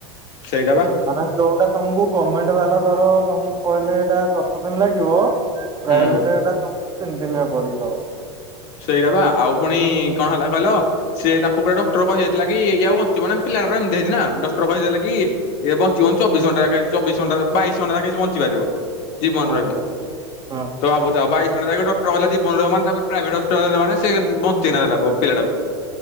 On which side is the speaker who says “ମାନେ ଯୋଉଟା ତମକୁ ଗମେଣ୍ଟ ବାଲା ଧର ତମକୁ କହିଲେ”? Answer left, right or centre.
Right